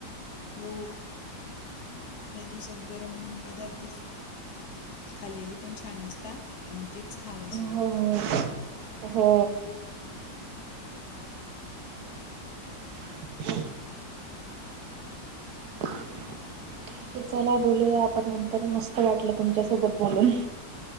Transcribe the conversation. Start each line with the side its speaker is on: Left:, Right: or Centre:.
Left: हो या दिवसात गरम पदार्थच खाल्लेली पण छान असतात आणि तेच खावं अस
Right: हो
Left: वाटत
Right: हो <unintelligible> ठीक आहे चला बोलूया आपण नंतर मस्त वाटलं तुमच्यासोबत बोलून